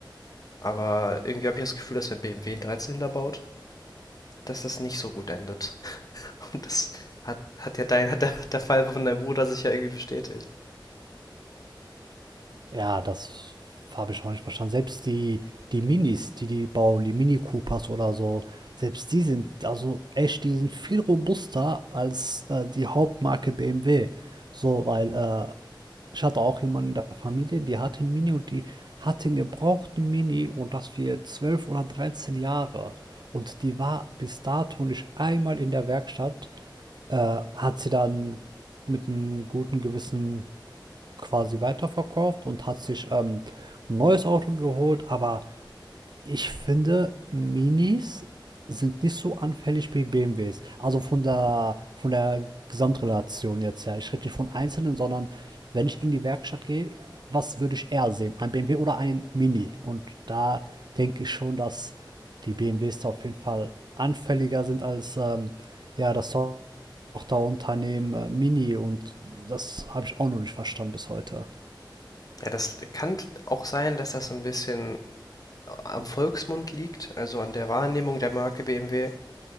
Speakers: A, on the left; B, on the right.
A: Aber irgendwie habe ich das Gefühl, dass wenn BMW einen Dreizylinder baut, dass das nicht so gut endet. <laughs> Und das hat, hat ja dein, hat der, hat der Fall von deinem Bruder sich ja irgendwie bestätigt.
B: Ja, das habe ich auch nicht verstanden. Selbst die, die Minis, die die bauen, die Mini Coopers oder so, selbst die sind, also echt, die sind viel robuster als äh, die Hauptmarke BMW. So, weil äh, Ich hatte auch jemanden in der Familie, die hatte 'n Mini und die hatte 'n gebrauchten Mini und das für 12 oder 13 Jahre. Und die war bis dato nicht einmal in der Werkstatt, äh, hat sie dann mit einem guten Gewissen quasi weiterverkauft und hat sich, ähm, 'n neues Auto geholt, aber ich finde, Minis sind nicht so anfällig wie BMWs. Also von der, von der Gesamtrelation jetzt her. Ich rede nicht von einzelnen, sondern wenn ich in die Werkstatt gehe, was würde ich eher sehen? Ein BMW oder ein Mini? Und da denke ich schon, dass die BMWs da auf jeden Fall anfälliger sind als ähm, ja, das Tochterunternehmen äh, Mini. Und das habe ich auch noch nicht verstanden bis heute.
A: Ja, das kann auch sein, dass das ein bisschen am Volksmund liegt, also an der Wahrnehmung der Marke BMW.